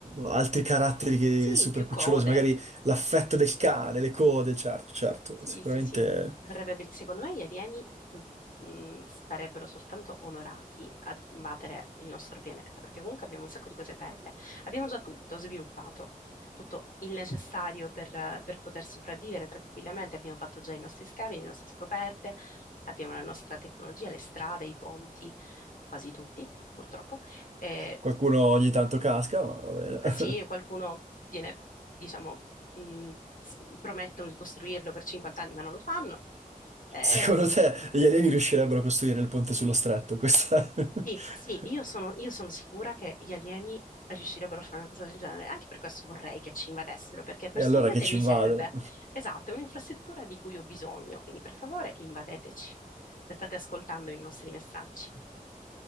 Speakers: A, on the right; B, on the left.
A: altri caratteri che
B: sì,
A: super
B: più
A: cucciolosi,
B: code.
A: magari l'affetto del cane, le code, certo, certo,
B: Sì,
A: sicuramente.
B: sì, sì, verrebbe be- secondo me gli alieni mm, mm, sarebbero soltanto onorati ad invadere il nostro pianeta, perché comunque abbiamo un sacco di cose belle. Abbiamo già tutto sviluppato, tutto il necessario per, eh, per poter sopravvivere tranquillamente. Abbiamo fatto già i nostri scavi, le nostre scoperte, abbiamo la nostra tecnologia, le strade, i ponti, quasi tutti, purtroppo. E
A: Qualcuno ogni tanto casca, ma va bene. <laughs>
B: sì, qualcuno viene, diciamo, mh, s- promettono di costruirlo per 50 anni, ma non lo fanno. Eh,
A: Secondo te gli alieni riuscirebbero a costruire il ponte sullo stretto? Questa... <laughs>
B: sì, sì, io sono, io sono sicura che gli alieni riuscirebbero a fare una cosa del genere. Anche per questo vorrei che ci invadessero, perché personalmente
A: E allora che ci
B: mi
A: invado?
B: serve. Esatto, è un'infrastruttura di cui ho bisogno. Quindi, per favore, invadeteci. Se state ascoltando i nostri messaggi.